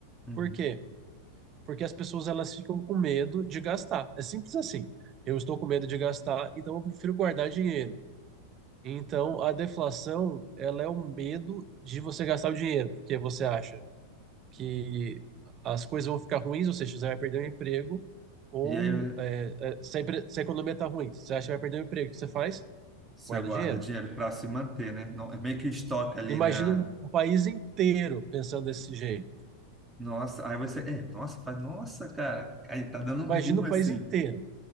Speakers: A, in the centre; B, on the right.
A: Uhum.
B: Por quê? porque as pessoas elas ficam com medo de gastar. É simples assim. Eu estou com medo de gastar, então eu prefiro guardar dinheiro. Então a deflação, ela é o medo de você gastar o dinheiro, porque você acha que as coisas vão ficar ruins, ou seja, você vai perder o emprego, ou
A: E aí
B: é, é, se, a, empre- se a economia está ruim, você acha que vai perder o emprego, o que você faz?
A: você
B: Guarda
A: guarda
B: dinheiro.
A: dinheiro para se manter, né? Não- é Meio que estoca ali,
B: Imagina
A: né?
B: um, um país inteiro pensando desse jeito.
A: Nossa, aí você, é, nossa, faz, nossa, cara, aí tá dando um
B: Imagina
A: boom
B: o
A: assim.
B: país inteiro.